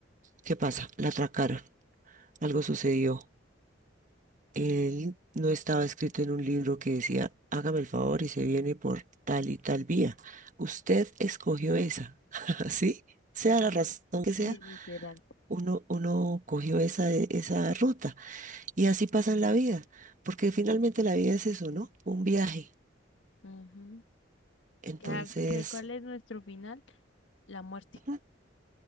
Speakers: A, on the right (about 40°); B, on the left (about 70°).
A: ¿Qué pasa? La atracaron, algo sucedió, Él no estaba escrito en un libro que decía, hágame el favor y se viene por tal y tal vía. Usted escogió esa, <laughs> ¿sí? Sea la razón que sea,
B: Sí, literal.
A: uno, uno cogió esa, de- esa ruta. Y así pasa en la vida, porque finalmente la vida es eso, ¿no? Un viaje.
B: Ujú.
A: Entonces,
B: qué al- que ¿Cuál es nuestro final? La muerte.
A: ujú,